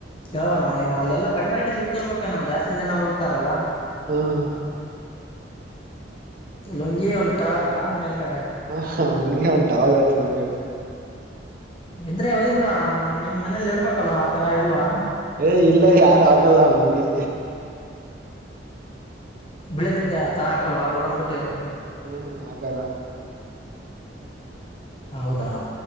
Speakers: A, on the left; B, on the right.
A: ಕೇಳೋಣ ಏನೋ ಅಲ್ಲೆಲ್ಲ ಕಡಿಮೆ ರೇಟ ಸಿಗ್ತಿರ್ಬೇಕೇನೋ ಜಾಸ್ತಿ ಜನ ಹೋಗ್ತಾರಲ್ಲಾ.
B: ಹ ಹಾ
A: ಲುಂಗಿ ಒಂದು ಟವೆಲ್ ಅಲ್ಲಾ ಮೇಲ್ಗಡೆ
B: ಹ ನಂಗೆ ಒಂದ್ ಟವಲ್ ಇರ್ತ್ ನಂದ್ ಕಡೆ
A: ಇದ್ರೆ ಒಯ್ದ್ ಬಿಡೋ ಅಣ್ಣ ನಿಮ್ ಮನೇಲಿ ಇರ್ಬೇಕಲ್ಲ ಆ ತರ ಇಲ್ವಾ <unintelligible>
B: ಏ ಇಲ್ಲ ಯಾರು ಆಗಲ್ಲ ನಂಗೆ
A: ಬೆಳಿಲುಂಗೆ ಆ ತರ ಹಾಕಲ್ವಾ ಗೋಡಂಪಟಿಯವರು
B: ಹ್ಮ್ ಹ್ಮ್ ಆಗವಾ
A: ಹೌದಾ.